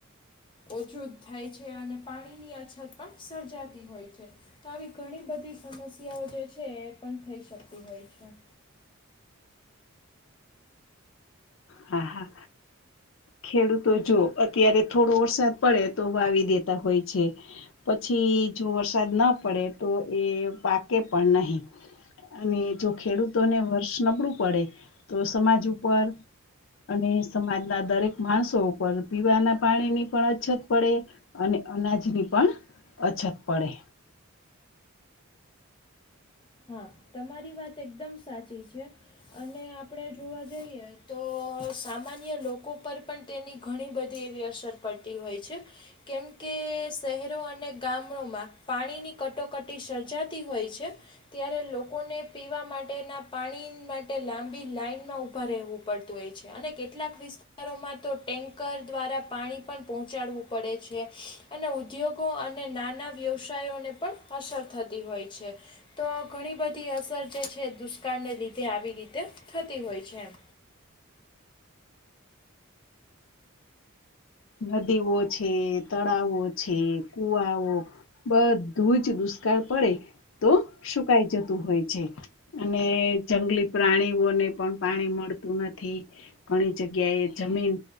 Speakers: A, on the left; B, on the left.
A: ઓછું થાય છે અને પાણીની અછત પણ સર્જાતી હોય છે. આવી ઘણી બધી સમ સ્યાઓ જે છે એ પણ થઈ શકતી હોય છે.
B: હા હા. ખેડૂતો જો અત્યારે થોડો વરસાદ પડે તો વાવી દેતા હોય છે. પછી જો વરસાદ ના પડે તો એ પાકે પણ નહીં. અને જો ખેડૂતોને વર્ષ નબળું પડે તો સમાજ ઉપર અને સમાજના દરેક માણસો ઉપર પીવાના પાણીની પણ અછત પડે અને અનાજની પણ અચ્છત પડે.
A: હા, તમારી વાત એકદમ સાચી છે. અને આપડે જોવા જઈએ તો સામાન્ય લોકો પર પણ તેની ઘણી બધી એવી અસર પડતી હોય છે. કેમકે શહેરો અને ગામડોમાં પાણીની કટોકટી સર્જાતી હોય છે. ત્યારે લોકોને પીવા માટેના પાણી માટે લાંબી લાનમાં ઊભા રહેવું પડતું હોય છે અને કેટલાક વિસ્તારોમાં તો ટેન્કર દ્વારા પાણી પણ પહોંચાડવું પડે છે અને ઉદ્યોગો અને નાના વ્યવસાયોને પણ અસર થતી હોય છે. તો ઘણી બધી અસર જે છે એ દુષ્કાળને લીધે આવી રીતે થતી હોય છે એમ.
B: નદીઓ છે, તળાવો છે, કુવાઓ બધું જ દુષ્કાળ પડે, તો સુકાઈ જતું હોય છે. અને જંગલી પ્રાણીઓને પણ પાણી મળતું નથી. ઘણી જગ્યા એ જમીન